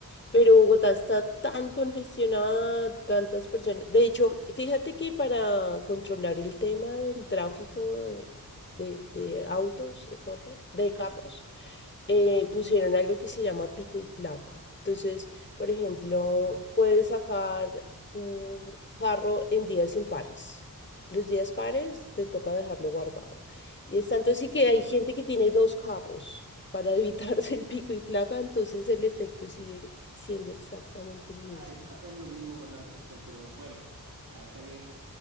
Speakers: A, on the left; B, on the right.
A: pero Bogotá está tan congestionada, tantas personas. De hecho, fíjate que para controlar el tema del tráfico de, de- de autos, de corre, de carros, eh, pusieron algo que se llama pico y placa. Entonces, por ejemplo, puedes sacar tu carro en días impares. Los días pares te toca dejarlo guardado. Y es tanto así que hay gente que tiene dos carros para <laughs> evitarse el pico y placa, entonces el efecto sigue siendo exactamente el mismo.
B: Ah, y acá es lo mismo con la restricción, pero bueno, la verdad que